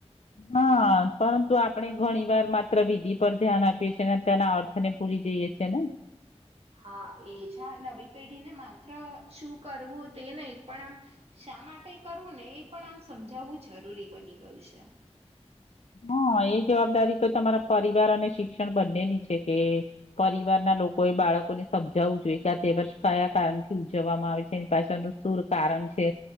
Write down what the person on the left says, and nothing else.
હા પરંતુ આપણે ઘણી વાર માત્ર વિધિ પર ધ્યાન આપીએ છેીએ ને તેના અર્થને ભૂલી જઈએ છેી ને
હા એ જવાબદારી તો તમારા પરિવાર અને શિક્ષણ બંનેની છે કે પરિવારના લોકોએ બાળકોને સમજાવવું જોઈએ કે આ તે વર્ષ કયા કારણથી ઉજવવામાં આવે છે એની પાછળનું સુર કારણ છે